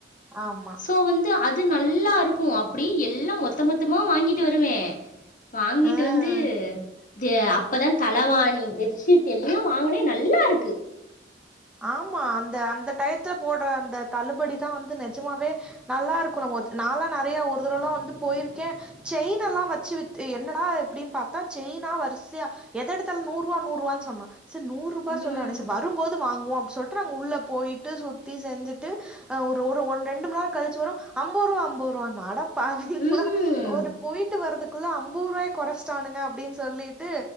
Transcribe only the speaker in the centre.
ஆமா
ஆ
ஆமா அந்த அந்த டயத்துல போடுற அந்த தள்ளுபடி தா வந்து நிஜமாவே நல்லா இருக்கணு ஒரு நாலா நேறைய ஒரு தடவுல்லா வந்து போயிருக்கே செயின் எல்லா வச்சு வித்து என்னடா எப்படின்னு பார்த்தா செயினா வரிசையா எத இடத்துல நூறுவா நூறுவான்னு சொன்னா சரி நூறுபா
சொல்றனே சர் வரு போதுமா வாங்குவோ அப்டி சொல்லிட்டு நாங்க உள்ளே போயிட்டு சுத்தி செஞ்சுட்டு ஆ ஒரு ஒரு இரண்டு மணி நேர கழிச்சி வரு அம்பது ரூபா அம்பது ரூபானா அடப் பாவீங்களா
ஒரு போயிட்டு வரதுக்குள்ள அம்பது ரூபாய் கொறச்சுட்னங்க அப்படின்னு சொல்லிட்டு